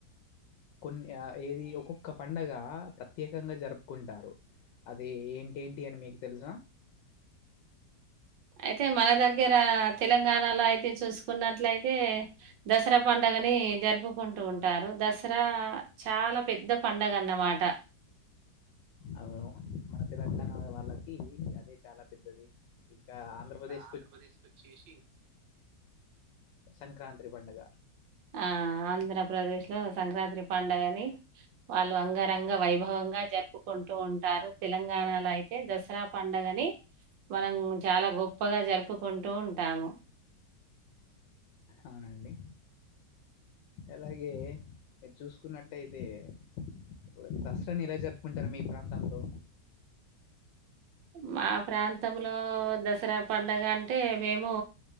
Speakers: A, on the left (about 80°); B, on the right (about 80°).
A: కొన్ని ఆ ఏది ఒక్కొక్క పండగ ప్రత్యేకంగా జరుపుకుంటారు అది ఏంటేంటి అని మీకు తెలుసా
B: అయి తే మన దగ్గర తెలంగాణలో అయితే చూసుకున్నట్లయితే దసరా పండగని జరుపుకుంటూ ఉంటారు దసరా చాలా పెద్ద పండగ అన్నమాట
A: అవును మన తెలంగాణ వాళ్ళకి అదే చాలా పెద్దది ఇక ఆంధ్రప్రదేశ్
B: ఆంధ్రప్రదేశ్‌కి వచ్చేసి
A: సంక్రాంతి పండుగ
B: ఆ ఆంధ్రప్రదేశ్లో సంక్రాత్రి పండగని వాళ్ళు అంగరంగ వైభవంగా జరుపుకుంటూ ఉంటారు తెలంగాణలో అయి తే దసరా పండగని మనం చాలా గొప్పగా జరుపుకుంటూ ఉంటాము
A: అవునండి అలాగే మీరు చూసుకున్నట్టయితే ఇప్పుడు దస రని ఎలా జరుపుకుంటారు మీ ప్రాంతంలో
B: మా ప్రాంతంలో దసరా పండగ అంటే మేము